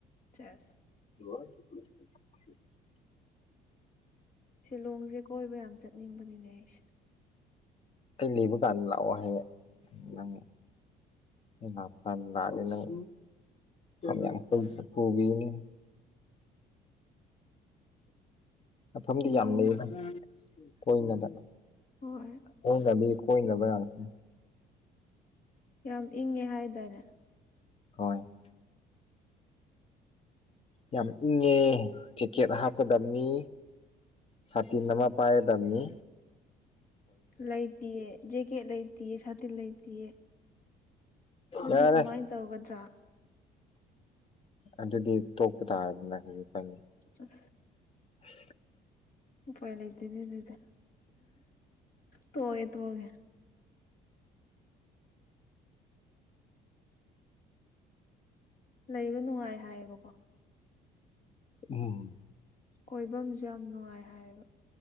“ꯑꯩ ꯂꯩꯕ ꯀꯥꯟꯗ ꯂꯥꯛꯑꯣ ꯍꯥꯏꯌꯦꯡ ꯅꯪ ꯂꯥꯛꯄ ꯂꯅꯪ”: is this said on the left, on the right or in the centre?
Left